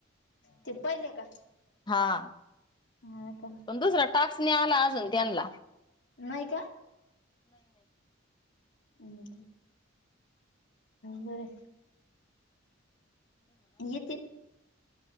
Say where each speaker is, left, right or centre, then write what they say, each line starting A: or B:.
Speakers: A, on the left; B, on the left.
A: ते पहिले का
B: हां
A: हा का
B: पण दुसरा टास्क आला अजून त्यांनला
A: नाही का? अम् बरे येतील